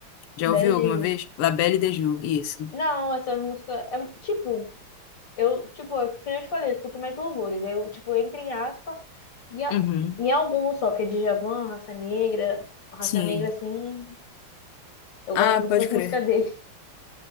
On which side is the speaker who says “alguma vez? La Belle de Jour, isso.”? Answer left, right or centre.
Left